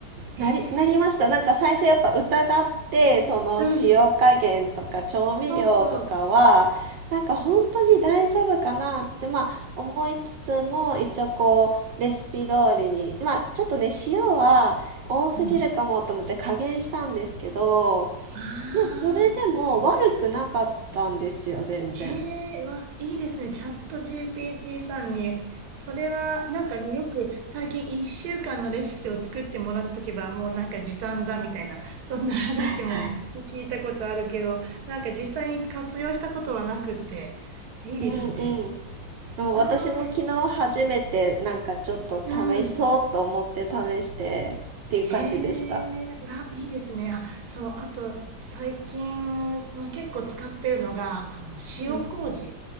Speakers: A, on the right (about 60°); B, on the right (about 75°).
A: ええ、
B: なり、なりました。なんか最初やっぱ疑って、その塩加減とか調味料とかは、
A: うん。そうそう。
B: なんか本当に大丈夫かなって、まあ、思いつつも、一応こう、レシピ通りに、まあ、ちょっとね、塩は多すぎるかもと思って加減したんですけど、
A: うん。ああ、
B: まあ、それでも悪くなかったんですよ、全然。
A: へえ、わ、いいですね。チャット GPT さんに。それは、なんかね、よく最近1週間のレシピを作ってもらっとけば、もうなんか時短だみたいな、そんな話も聞いたことあるけど、
B: はいはい。
A: なんか実際に活用したことはなくって、いいですね。
B: うんうん。もう私も昨日初めてなんかちょっと試そうと思って試してっていう感じでした。
A: ああ、そうん。へえ、あ、いいですね。あ、そう、あと最近、まあ、結構使ってるのが、あの、塩麹
B: うん。